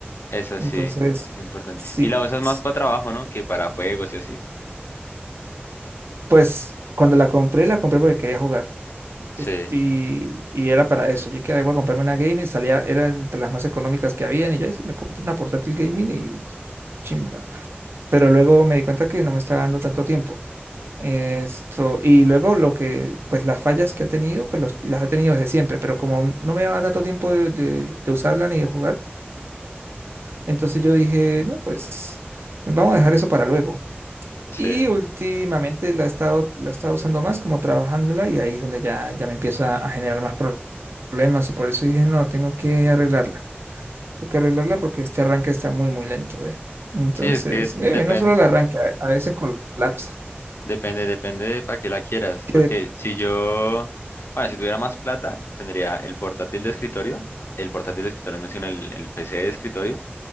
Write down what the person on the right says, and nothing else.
Entonces,
sí,
s-
pues cuando la compré, la compré porque quería jugar.
Este, y, y era para eso. Yo que voy a comprarme una gaming, salía, era entre las más económicas que habían y ya, y sí, me compro una portátil gaming y chimba. pero luego me di cuenta que no me estaba dando tanto tiempo. Esto, y luego lo que, pues las fallas que ha tenido, pues los- las ha tenido desde siempre, pero como n- no me daba tanto tiempo de, de- de usarla ni de jugar, entonces yo dije, no, pues vamos a dejar eso para luego.
Y últimamente la he estado, la he estado usando más como trabajándola y ahí es donde ya, ya me empieza a generar más pro- problemas y por eso dije, no, tengo que arreglarla. Toca arreglarla porque este arranque está muy, muy lento, ¿eh? Entonces,
eh,
no solo el arranque, a a veces colapsa.
Que-